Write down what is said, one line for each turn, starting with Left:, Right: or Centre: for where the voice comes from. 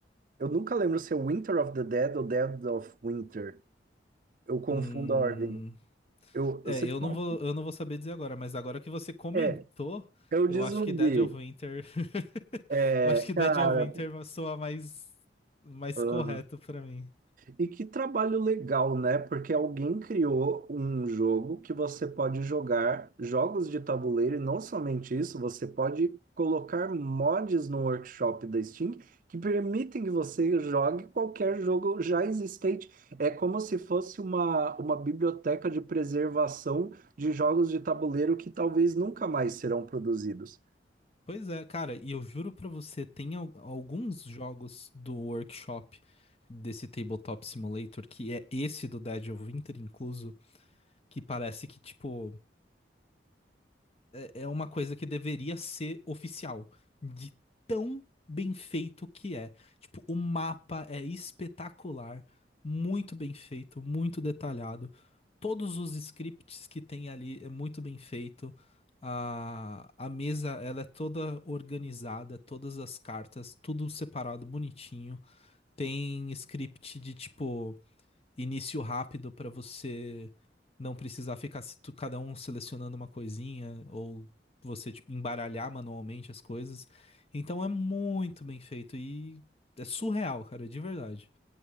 Right: Eu nunca lembro se é Winter of the Dead ou Dead of Winter. Eu confundo
Left: Hum,
Right: a ordem. Eu,
Left: é,
Right: eu sempre
Left: eu
Right: confundo.
Left: não vou, eu não vou saber dizer agora, mas agora que você comentou,
Right: É, eu
Left: eu
Right: de zumbi.
Left: acho que Dead of Winter, <laughs>
Right: É,
Left: eu acho que
Right: cara,
Left: Dead of Winter soa mais, mais
Right: aham.
Left: correto pra mim.
Right: E que trabalho legal, né? Porque alguém criou um jogo que você pode jogar jogos de tabuleiro e não somente isso, você pode colocar mods no workshop da Steam que permitem que você jogue qualquer jogo já existente. É como se fosse uma, uma biblioteca de preservação de jogos de tabuleiro que talvez nunca mais serão produzidos.
Left: Pois é, cara, e eu juro pra você, tem al- alguns jogos do workshop desse Tabletop Simulator, que é esse do Dead of Winter incluso, que parece que, tipo, é uma coisa que deveria ser oficial, de tão bem feito que é. Tipo, o mapa é espetacular, muito bem feito, muito detalhado. Todos os scripts que tem ali é muito bem feito. A, a mesa, ela é toda organizada, todas as cartas, tudo separado, bonitinho. Tem script de tipo início rápido para você não precisar ficar se- tu- cada um selecionando uma coisinha ou você tipo, embaralhar manualmente as coisas. Então é muito bem feito e é surreal, cara, de verdade.